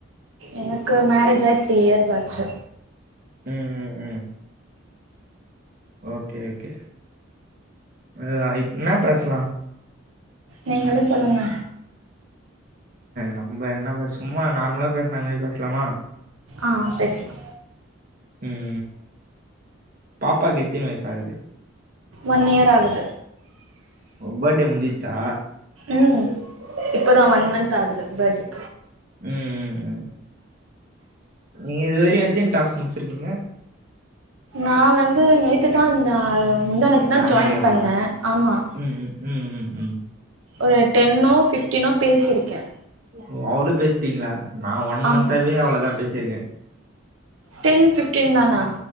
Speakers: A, on the right; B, on the right.
A: எனக்கு மேரேஜ் ஆய் த்ரீ இயர்ஸ் ஆச்சு
B: ம் ம் ம் ஓகே ஓகே இ ஆ இன்னா பேச்லா
A: நீங்களே சொல்லுங்க
B: நம்ம என்ன பே சும்மா நார்மலா பேச்ற மாரி பேச்லாமா
A: ஆ பேச்லா
B: ம் பாப்பாக்கு எத்தி வயசு ஆகுது
A: ஒன் இயர் ஆகுது
B: பேட்டே முஞ்சுச்சா
A: ம் இப்பதா ஒன்மந்த் ஆகுது பேட்டே
B: ம் ம் நீங்க இதுவரையூ எத்தின் டாஸ்க் முடிச்சிர்க்கீங்க
A: நா வந்து நேத்துதா ஜா இ முந்தாநேத்து தா
B: ஜாயினிங்கேவா
A: ஜாயின் பண்ணெ ஆம்மா
B: ம் ம் ம் ம்
A: ஒரு டென்னோ ஃபிஃப்டீன்னோ பேசிர்க்கே
B: ஓ அவ்வளோ பேசிட்டீங்களா நா ஒன்
A: ஆமா
B: மந்த்தாவே அவ்ளோதா பேசிருக்கே
A: டென் ஃபிஃப்டீன் தானா